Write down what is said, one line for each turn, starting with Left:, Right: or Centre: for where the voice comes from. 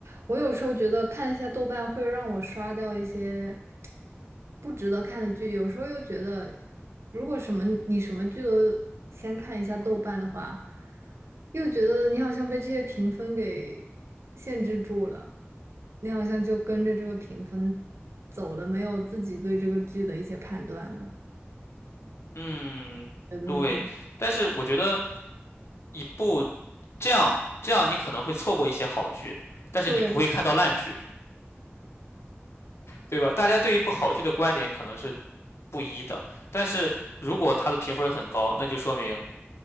Right: 我有时候觉得看一下豆瓣会让我刷掉一些不值得看的剧，有时候又觉得，如果什么你什么剧都先看一下豆瓣的话，又觉得你好像被这些评分给限制住了，你好像就跟着这个评分走了，没有自己对这个剧的一些判断了。
Left: 嗯，
Right: 觉得呢？
Left: 对。但是我觉得一部这样这样，你可能会错过一些好剧，但是你不会看到烂剧，
Right: 对，
Left: 对吧？大家对一部好剧的观点可能是不一的，但是如果它的评分很高，那就说明